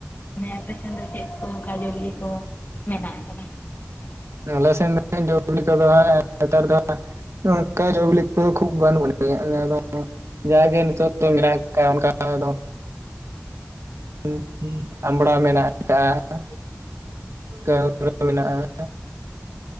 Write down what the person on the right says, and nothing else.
ᱟᱞᱮ ᱥᱮᱱ ᱫᱚ ᱡᱚᱵᱤᱞᱤ ᱠᱚᱫᱚ ᱦᱟᱸᱜ ᱱᱮᱛᱟᱨ ᱫᱚ ᱠᱟ <inaudible> ᱠᱷᱩᱵ ᱵᱟᱹᱱᱩᱜ ᱟᱹᱱ ᱡᱟᱜᱮ ᱱᱤᱛᱚᱜ ᱫᱚ <inaudible> ᱢᱮᱱᱟᱜ ᱟᱠᱟᱫ ᱚᱱᱠᱟ ᱫᱚ <inaudible> ᱟᱢᱲᱟ ᱢᱮᱱᱟᱜ ᱟᱠᱟᱜᱼᱟ᱾ <inaudible> ᱠᱟᱹᱢᱤ ᱢᱮᱱᱟᱜᱼᱟ